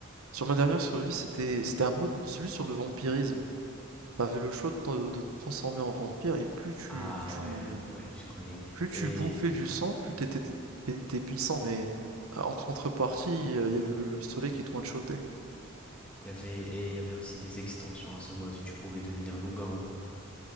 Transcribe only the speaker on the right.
sur ma dernière survie, c'était c'était un mode, celui sur le vampirisme. T'avais le choix de te de te transformer en vampire et plus tu
tu
plus tu
bouffais du sang, plus t'étais t'étais puissant, mais euh, en contrepartie, euh, il y avait le, le soleil qui te one-shotait.